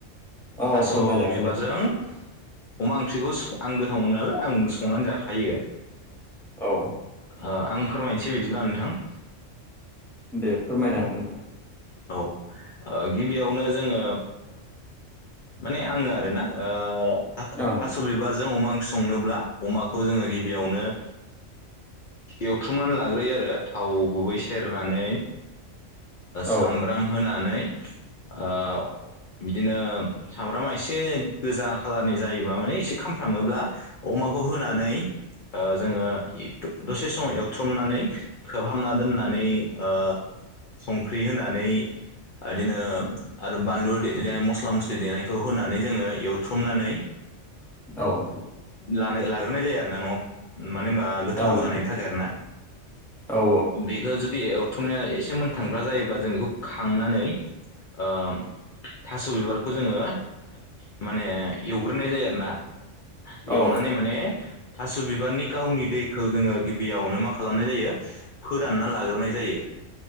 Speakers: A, in the centre; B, on the left.
A: औ
B: थास'
A: फोरमायजागोन
B: बिबारजों
A: दे
B: अमा ओंख्रिखौ आं गोथाव मोनो नालाय आं संनानै जाखायो।
A: औ
B: ओ आं फोरमायनोसै बिदिब्ला नोंथां।
A: दे फोरमायनो हागोन नोंथां।
B: औ ओ गिबियावनो जोङो माने आङो आरोना थास'
A: नोंथां
B: बिबारजों अमा ओंख्रि <unintelligible> संनोब्ला अमाखौ जोङो गिबियावनो एवथ्रुमनानै लाग्रोयो आरो थाव गुबै सेरनानै
A: ओं
B: सामब्राम होनानै ओ बिदिनो सामब्रामा एसे गोजा खालारनि जायोबा माने एसे खामफ्रामोब्ला अमाखौ होनानै जोङो दसे सम एवथ्रमनानै खोबहाबना दोननानै ओ संख्रि दै होनानै इदिनो आरो बानलु देनाय मासला मसलि जे देनायखौ होनानै जोङो एवथ्रमनानै
A: ओं
B: लानो लाग्रोनाय जायोना आरोना न'वाव मानो होनबा गोथाव
A: औ ओं
B: जानायनि थाखाय आरो ना
A: औ
B: बे ओ जुदि एवथुमनाया एसे मोनथांग्रा जायोब्ला जों बेखौ खांनानै ओ थास' बिबारखौ जोङो माने एवग्रोनाय जायो आरोना
A: औ
B: एवनानै माने थास' बिबारनि गावनि दैखौ जोङो गिबियावनो मा खालामनाय जायो फोरानना लाग्रोनाय जायो।